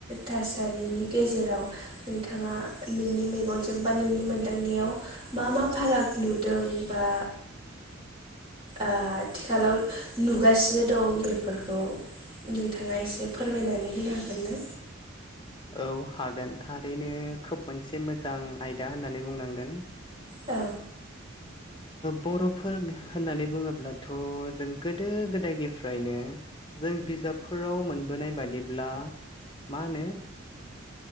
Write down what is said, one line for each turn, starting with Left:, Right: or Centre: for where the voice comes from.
Right: थासारिनि गेजेराव नोंथाङा नोंनि मेगनजों बा नोंनि मोनदांनायाव मा मा फाराग नुदों बा आथिखालाव नुगासिनो दं बेफोरखौ नोंथाङा एसे फोरमायनानै होनो हागोन ना
Left: औ हागोन थारैनो खोब मोनसे मोजां आयदा होननानै बुंनांगोन
Right: औ
Left: बर' फोरा होननानै बुङोब्लाथ' जों गोदो गोदायनिफ्रायनो जों बिजाबफोराव मोनबोनाय बादिब्ला मा होनो